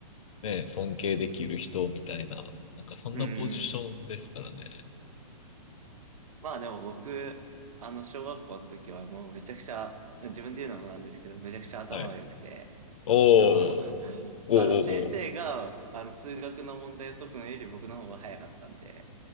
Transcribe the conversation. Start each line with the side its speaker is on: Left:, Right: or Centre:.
Left: ね、尊敬できる人みたいな、なんかそんなポジションですからね。
Right: うん。まあでも僕、あの、小学校の時はもうめちゃくちゃ、自分で言うのもなんですけど、めちゃくちゃ頭が良くて、
Left: はい。おー、
Right: あの、<laughs>
Left: お
Right: あの先生が、
Left: ー、おー、
Right: あの、数学の問題を解くのより僕の方が早かったんで、